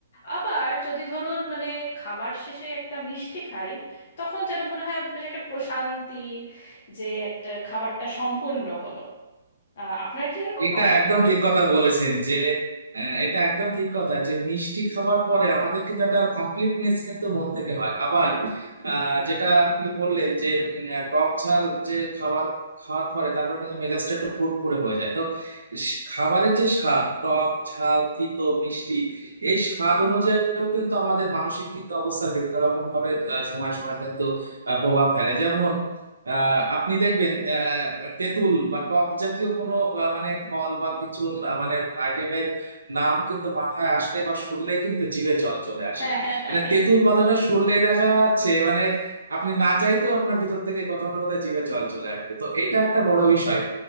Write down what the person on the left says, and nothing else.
আবার যদি ধরুন মানে খাবার শেষে একটা মিষ্টি খাই তখন যেন মনে হয় বেশ একটা প্রশান্তি যে একটা খাবারটা সম্পূর্ণ হলো আহ, আপনার কি এরকম
হয়
<laughs>